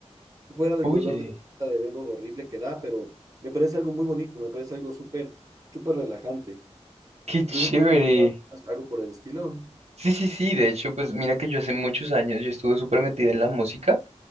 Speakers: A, on the right; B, on the right.
A: Fuera del
B: Oye,
A: dolor de, de dedos horrible que da, pero me parece algo muy bonito, me parece algo súper, súper relajante.
B: qué chévere.
A: No sé si tú has intentado algo por el estilo.
B: Sí, sí, sí, de hecho, pues mira que yo hace muchos años yo estuve súper metida en la música.